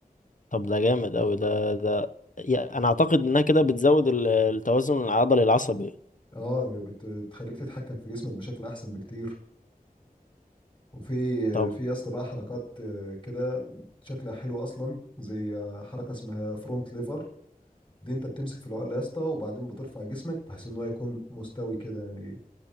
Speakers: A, on the left; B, on the left.
A: طب ده جامد اوي ده ده يا- انا اعتقد انها كده بتزود ال- التوازن العضلي العصبي
B: اه بت- بتخليك تتحكم في جسمك بشكل احسن بكتير وفي
A: طب
B: في يا اسطى بقى حركات آه، كده شكلها حلو اصلا زي حركه اسمها فرونت ليفر دي انت بتمسك في العقله يا اسطى وبعدين بترفع جسمك بحيث ان هو يكون مستوي كده يعني